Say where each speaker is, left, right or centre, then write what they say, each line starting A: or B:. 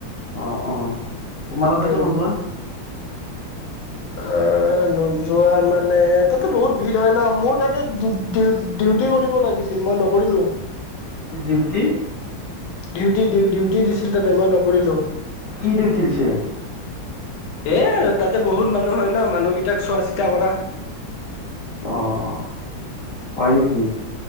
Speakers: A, on the left (about 60°); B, on the left (about 85°).
A: অ অ তোমালোকেতো
B: টুৱেণ্টি
A: নোযোৱা?
B: অ নোযোৱা মানে তাতে বহুত ভিৰ হয় ন মোৰ তাতে ডিও ডিও ডিউটি কৰিব লাগিছিল মই নকৰিলো।
A: ডিউটি?
B: ডিউটি ডিউটি দিছিল তাতে, মই নকৰিলো।
A: কি ডিউটি দিছে?
B: এ তাতে বহুত মানুহ হয় ন মানুহকেইটাক চোৱা চিতা কৰা।
A: অহ। হয় নেকি?